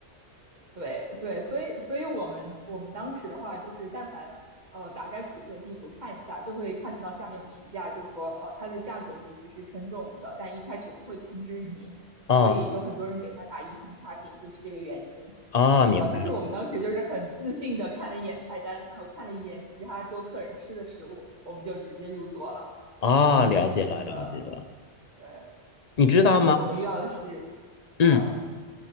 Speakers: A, on the right; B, on the left.
A: 对对，所以所以我们我们当时的话，就是但凡呃打开谷歌地图看一下，就会看到下面的评价，就说呃它的价格其实是称重的，但一开始不会通知你，
B: 哦
A: 所以就很多人给它打一星差评，就是这个原因。
B: 哦，明白了。
A: 呃，但是我们当时就是很自信的看了一眼菜单，然后看了一眼其他桌客人吃的食物，我们就直接入座了
B: 哦，
A: 啊，
B: 了解了，
A: 所以真的
B: 了解了。
A: 对
B: 你知道吗？
A: 其实我们遇到的是，呃，
B: 嗯，